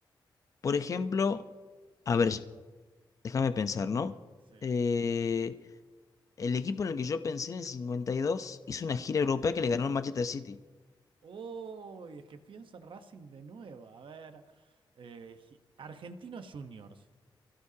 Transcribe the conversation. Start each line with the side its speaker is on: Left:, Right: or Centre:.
Left: Por ejemplo, a ver, déjame pensar, ¿no?
Right: Sí.
Left: Eh, el equipo en el que yo pensé en el 52 hizo una gira europea que le ganó al Manchester City.
Right: Uy, es que pienso en Racing de nuevo. A ver, eh, Argentinos Juniors.